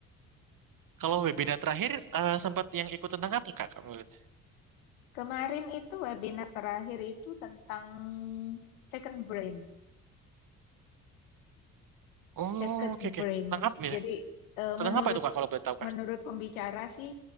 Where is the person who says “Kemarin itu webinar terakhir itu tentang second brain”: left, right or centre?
Left